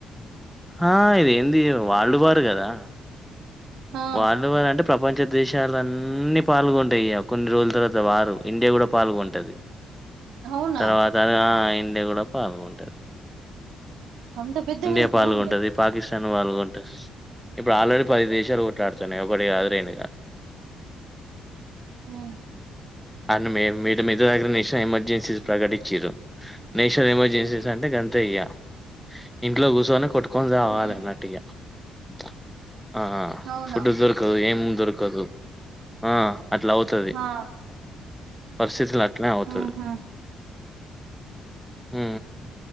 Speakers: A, in the centre; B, on the right.
A: ఆ ఇదేంది వాల్డ్ వరు కదా
B: ఆ
A: వాళ్ళు వాలు అంటే ప్రపంచ దేశాలన్ అన్నీ పాల్గొంటయి కొన్ని రోజుల తర్వాత వారు ఇండియ కూడ పాల్గొంటది
B: అవునా
A: తర్వాత ఆ ఇ ఇండియ కూడ పాల్గొంట
B: అంత పెద్దగా
A: ఇండియా
B: అయితదండి
A: పాల్గొంటది పాకిస్ వాళ్ళగుంట ఇప్పుడు ఆల్రెడీ పది దేశాలు ఒ లాడున్న ఒకటి కాదు రెండు కాదు
B: ఉ
A: అన్ని మే మీ మీద దగ్గర నేషనల్ ఎమర్జెన్సీస్ ప్రకటించిరు నేషనల్ ఎమర్జెన్సీస్ అంటే గంత ఇయ్యా ఇంట్లో కూసోనే కొట్టు కొని రావాలి
B: హ్మ్
A: అన్నట్టుగా <unintelligible> ఆహా
B: అవునా
A: ఫుడ్ దొరకదు ఏం దొరకదు దొరకదు ఆ అట్లా అవుతుంది
B: ఆ
A: పరిస్థితి అట్లా అవుతుంది
B: ఊహూ
A: ఉ